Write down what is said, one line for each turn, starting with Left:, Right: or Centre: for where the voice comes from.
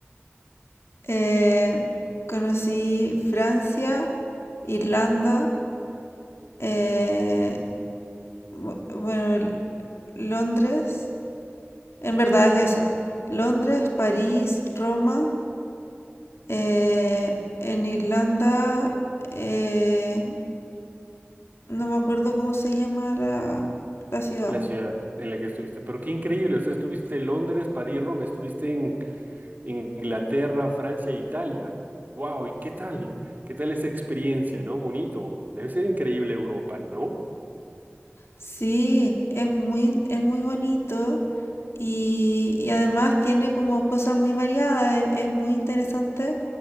Left: Eh, conocí Francia, Irlanda, eh, bu- bueno, L- Londres, en verdad es eso. Londres, París, Roma. Eh, en Irlanda, eh, no me acuerdo cómo se llama la, la ciudad.
Right: La ciudad en la que estuviste. Pero qué increíble, o sea, estuviste en Londres, París, Roma, estuviste en, en Inglaterra, Francia, e Italia. Wow, ¿y qué tal? ¿Qué tal esa experiencia, no? Bonito. Debe ser increíble Europa, ¿no?
Left: Sí, es muy, es muy bonito y, y además tiene como cosas muy variadas. Es, es muy interesante